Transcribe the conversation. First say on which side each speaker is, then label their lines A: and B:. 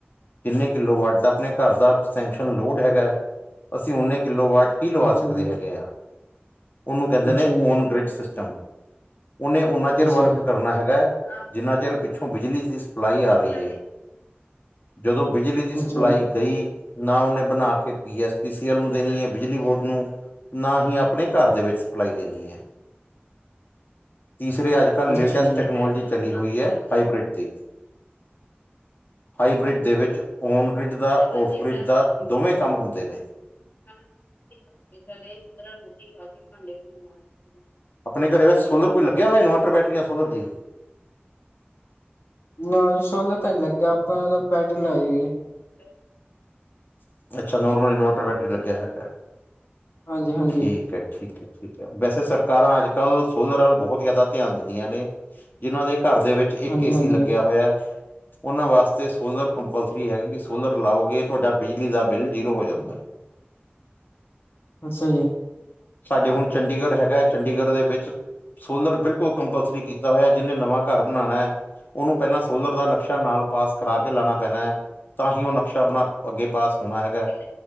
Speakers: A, on the left (about 55°); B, on the left (about 75°).
A: ਕਿੰਨੇ ਕਿੱਲੋ ਵਾਟ ਆਪਣੇ ਘਰ ਦਾ ਸੈਕਸ਼ਨ ਲੋੜ ਹੈਗਾ ਅਸੀਂ ਉਨੇ ਕਿੱਲੋ ਵਾਟ ਹੀ ਲਵਾ
B: ਅੱਛਾ
A: ਸਕਦੇ
B: ਜੀ
A: ਹੈਗੇ ਆਂ, ਉਹਨੂੰ ਕਹਿੰਦੇ
B: ਅੱਛਾ
A: ਨੇ
B: ਜੀ
A: ਓਨਗ੍ਰਿਜ਼ ਸਿਸਟਮ। ਉਹਨੇ ਉਨ੍ਹਾਂ ਚਿਰ
B: ਅੱਛਾ
A: ਵਰਕ
B: ਜੀ
A: ਕਰਨਾ ਹੈਗਾ ਏ। ਜਿੰਨਾ ਚਿਰ ਪਿੱਛੋਂ ਬਿਜਲੀ ਦੀ ਸਪਲਾਈ ਆ ਰਹੀ ਏ। ਜਦੋਂ ਬਿਜਲੀ ਦੀ ਸਪਲਾਈ
B: ਅੱਛਾ
A: ਗਈ, ਨਾ ਉਹਨੇ ਬਣਾਕੇ ਪੀ ਐਸ ਪੀਸੀ ਐਲ ਨੂੰ ਦੇਣੀ ਏ ਬਿਜਲੀ ਬੋਰਡ ਨੂੰ। ਨਾ ਹੀ ਆਪਣੇ ਘਰਦੇ ਵਿੱਚ ਸਪਲਾਈ ਦੇਣੀ ਏ।
B: <inaudible>
A: ਤੀਸਰੇ ਅੱਜ-ਕੱਲ ਲੇਟੈਸਟ
B: ਅੱਛਾ ਜੀ
A: ਟੈਕਨੋਲੋਜੀ ਚੱਲੀ ਹੋਈ ਐ, ਹਾਈਬ੍ਰਿਡ ਦੀ। ਹਾਈਬ੍ਰਿਜ ਦੇ ਵਿੱਚ ਔਨਬ੍ਰਿਜ ਦਾ, ਔਫਬ੍ਰਿਜ ਦਾ ਦੋਵੇਂ ਕੰਮ ਹੁੰਦੇ ਨੇ। <unintelligible> ਪਹਿਲਾਂ ਰੋਟੀ ਖਾਕੇ ਭਾਂਡੇ-ਭੂਡੇਂ ਮਾਜਦੂ, ਆਪਣੇ ਘਰੇ ਵੈਸ ਸੋਲਰ ਕੋਈ ਲੱਗਿਆ ਹੋਇਆ? ਬੈਟਰੀਆਂ ਫੂਲ ਹੁੰਦੀ
B: ਨਾ ਸੋਲਰ ਤਾ ਨੀ ਲੱਗ ਗਿਆ, ਆਪਾ ਨੇ ਤਾ ਬੈਟਰੀ ਲਾਈ ਏ।
A: <inaudible> ਅੱਛਾ ਨੋਰਮਲ ਇਨਵਰਟਰ ਬੈਟਰੀ ਲੱਗਿਆ ਹੈਗਾ,
B: ਹਾਂਜੀ ਹਾਂਜੀ
A: ਠੀਕ ਐ। ਠੀਕ ਐ, ਠੀਕ ਐ, ਵੈਸੇ ਸਰਕਾਰਾਂ ਅੱਜ-ਕੱਲ ਸੋਲਰ ਵੱਲ ਬਹੁਤ ਜ਼ਿਆਦਾ ਧਿਆਨ ਦਿੰਦੀਆਂ ਨੇ। ਜਿਨ੍ਹਾਂ ਦੇ ਘਰ ਦੇ ਵਿੱਚ ਇੱਕ
B: ਹਾਂਜੀ
A: ਏਸੀ
B: ਹਾਂਜੀ
A: ਲੱਗਿਆ ਹੋਇਆ ਉਹਨਾਂ ਵਾਸਤੇ ਸੋਲਰ ਕੰਪਲਸਰੀ ਹੈਗਾ, ਕਿ ਸੋਲਰ ਲਾਓਗੇ ਤੁਹਾਡਾ ਬਿਜਲੀ ਦਾ ਬਿੱਲ ਜ਼ੀਰੋ ਹੋ ਜਾਂਦਾ।
B: ਅੱਛਾ ਜੀ।
A: ਸਾਡੇ ਹੁਣ ਚੰਡੀਗੜ੍ਹ ਹੈਗਾ, ਚੰਡੀਗੜ੍ਹ ਦੇ ਵਿੱਚ ਸੋਲਰ ਬਿਲਕੁਲ ਕੰਪਲਸਰੀ ਕੀਤਾ ਹੋਇਆ, ਜਿਹਨੇ ਨਵਾਂ ਘਰ ਬਣਾਣੈ ਉਹਨੂੰ ਪਹਿਲਾਂ ਸੋਲਰ ਦਾ ਨਕਸ਼ਾ ਨਾਲ ਪਾਸ ਕਰਾਕੇ ਲਾਣਾ ਪੈਣਾ, ਤਾਂ ਹੀ ਉਹ ਨਕਸ਼ਾ ਅਪਨਾ ਅੱਗੇ ਪਾਸ ਹੋਣਾ ਹੈਗਾ,